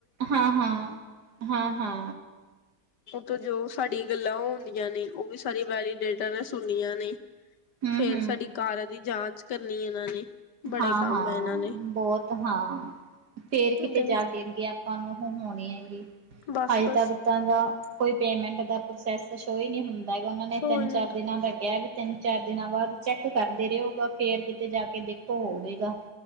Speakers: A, on the right; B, on the left.
A: ਹਾ ਹਾ ਹਾ ਹਾ
B: ਤੇ ਜੋ ਸਾਡੀਆਂ ਗੱਲਾਂ ਹੁੰਦੀਆਂ ਨੇ, ਉਹ ਵੀ ਸਾਰੀ ਵੈਲੀਡੇਟਰ ਨੇ ਸੁਣੀਆਂ ਨੇਂ।
A: ਹਮ
B: ਫੇਰ ਸਾਡੀ ਕਾਰਾਂ ਦੀ ਜਾਂਚ ਕਰ ਇਹਨਾ ਨੇ ਬੜੇ
A: ਹਾ
B: ਕੰਮ
A: ਹਾ
B: ਇਹਨਾਂ ਨੇ
A: ਬਹੁਤ ਹਾਂ ਫੇਰ ਕਿਤੇ
B: ਤੇ
A: ਜਾ ਕੇ ਅੱਗੇ ਆਪਾਂ ਨੂੰ ਹੁਣ <unintelligible> ਹੈਂਗੀ
B: ਬਸ
A: ਹਲੇ
B: ਬਸ
A: ਤਕ ਤਾਂ ਗਾ ਕੋਈ ਪੇਮੈਂਟ ਦਾ ਪ੍ਰੋਸੈਸ ਸ਼ੋ ਹੀ ਨੀ ਹੁੰਦ ਹੈਗਾ ਉਹਨਾਂ ਨੇ
B: ਸੋ
A: ਤਿੰਨ
B: ਹੀ ਨੀ
A: ਚਾਰ ਦਿਨਾਂ ਦਾ ਕਿਹਾ ਵਈ। ਤਿੰਨ ਚਾਰ ਦਿਨਾਂ ਬਾਅਦ ਚੈੱਕ ਕਰਦੇ ਰਹੇ ਓ, ਬ ਫੇਰ ਕਿਤੇ ਜਾ ਕੇ ਦੇਖ ਤੋ ਹੋਵੇਗਾ